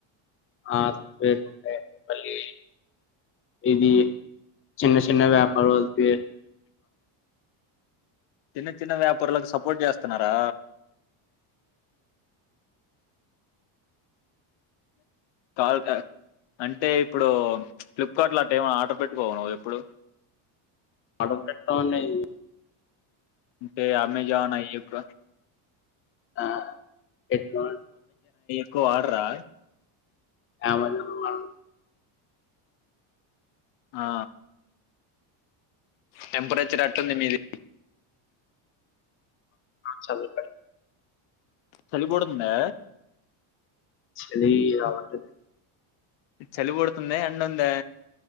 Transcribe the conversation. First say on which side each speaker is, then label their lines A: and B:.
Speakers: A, on the left; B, on the left.
A: ఆ తక్కువ రేటువి ఉంటాయండి మళ్ళీ ఇవి చిన్న చిన్న వ్యాపారాలకి
B: చిన్న చిన్న వ్యాపారులకు సపోర్ట్ చేస్తున్నారా కాదు కాద్ అంటే ఇప్పుడు ఫ్లిప్కార్ట్ లో అట్ట ఏం ఆర్డర్ పెట్టుకోవ నువు ఎప్పుడు
A: ఆర్డర్ పెట్టాంమండి
B: అంటే అమెజాన్ అయుక
A: ఆ ఎక్కవం
B: క్కువ వాడరా
A: అవును మం
B: ఆ టెంపరేచర్ ఎట్టుంది మీది
A: చలి పెడ్
B: చలి పుడుతుందా
A: చిలి రావట్లేదు
B: చలిపుడుతుందా ఎండ ఉందా